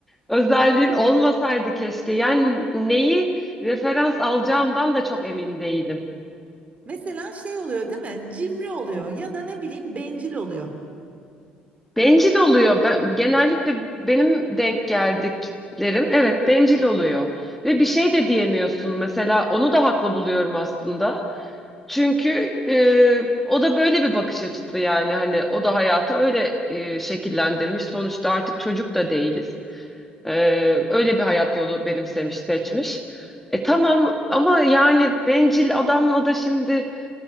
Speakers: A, in the centre; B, on the right.
A: özelliğin olmasaydı keşke. Yani neyi referans alacağımdan da çok emin değilim.
B: <laughs> Mesela şey oluyor değil mi? Cimri oluyor ya da ne bileyim bencil oluyor.
A: Bencil oluyor. Ben, genellikle benim denk geldiklerim evet bencil oluyor. Ve bir şey de diyemiyorsun. Mesela onu da haklı buluyorum aslında. Çünkü e, o da böyle bir bakış açısı yani hani o da hayatı öyle e, şekillendirmiş. Sonuçta artık çocuk da değiliz. E, öyle bir hayat yolu benimsemiş, seçmiş. E tamam ama yani bencil adamla da şimdi